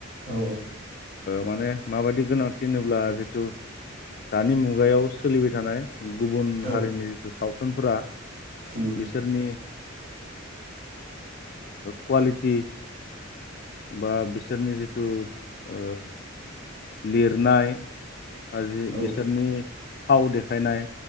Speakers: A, on the right; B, on the left.
A: औ
B: माने माबायदि गोनांथि होनोब्ला जिथु दानि मुगायाव सोलिबाय थानाय गुबुन
A: औ
B: हारिनि जिथु सावथुन <unintelligible>
A: उम
B: बिसोरनि <unintelligible> कुवालिटि बा बिसोरनि जिथु ओ लिरनाय <unintelligible>
A: औ
B: बिसोरनि थाव देखायनाय